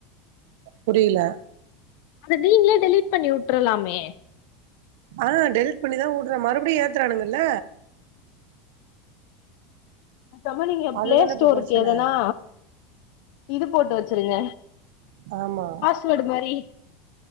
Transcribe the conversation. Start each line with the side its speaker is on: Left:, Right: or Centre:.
Right: புரியல
Left: அது நீங்கலே டெலீட் பண்ணி உட்ரலாமே
Right: ஆ டெலிட் பண்ணிதா உடுற மறுபடியு ஏத்துறானுங்கல்ல
Left: தமிழினிய
Right: அதுதான
Left: ப்ளே ஸ்டோருக்கு
Right: இப்ப பிரச்சன
Left: எதனா இது போட்டு வச்சிருங்க
Right: ஆமா
Left: தொடுமாறி